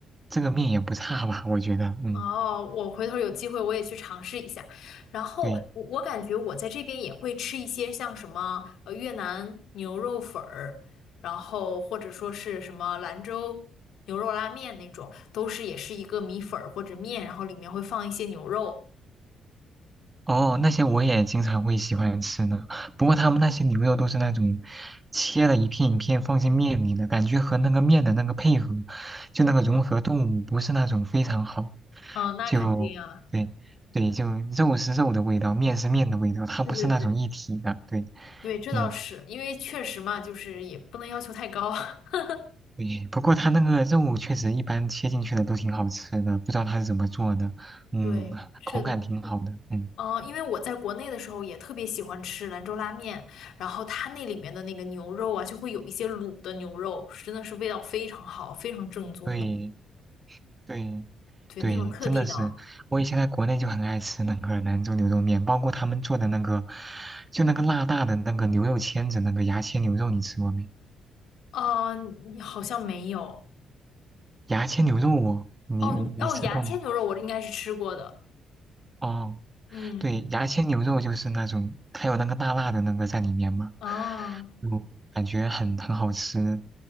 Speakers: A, on the right; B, on the left.
A: 这个面也不差吧，我觉得，嗯，
B: 哦，我回头有机会我也去尝试一下。然后我我感觉我在这边也会吃一些像什么呃越南牛肉粉儿，
A: 对，
B: 然后或者说是什么兰州牛肉拉面那种，都是也是一个米粉儿或者面，然后里面会放一些牛肉。
A: 哦，那些我也经常会喜欢吃呢。不过他们那些牛肉都是那种切了一片一片放进面里的，感觉和那个面的那个配合，就那个融合度不是那种非常好。
B: 嗯，那肯定啊，
A: 就对对，就肉是肉的味道，面是面的味道，它不是那种一体的。
B: 对对对
A: 对，
B: 对，这倒是，
A: 嗯，
B: 因为确实嘛，就是也不能要求太高。<laughs>
A: 对。不过它那个肉确实一般切进去的都挺好吃的，不知道它是怎么做的。嗯，
B: 对，是的。
A: 口感挺好的。嗯，
B: 嗯，因为我在国内的时候也特别喜欢吃兰州拉面，然后它那里面的那个牛肉啊，就会有一些卤的牛肉，真的是味道非常好，非常正宗的，
A: 对对。
B: 对，
A: 对，
B: 那种特地的。
A: 真的是，我以前在国内就很爱吃那个兰州牛肉面，包括他们做的那个，就那个辣辣的那个牛肉签子，那个牙签牛肉，你吃过没？
B: 呃，你好像没有
A: 牙签牛肉我，你没吃过吗？
B: 哦，你哦，牙签牛肉我应该是吃过的，
A: 哦，
B: 嗯，
A: 对，牙签牛肉就是那种，它有那个辣辣的那个在里面嘛，
B: 啊。
A: 就感觉很很好吃，